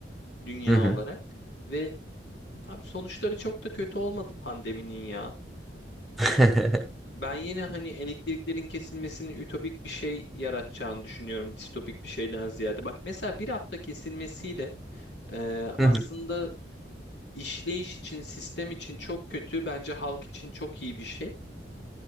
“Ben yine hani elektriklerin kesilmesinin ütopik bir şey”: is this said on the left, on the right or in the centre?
Left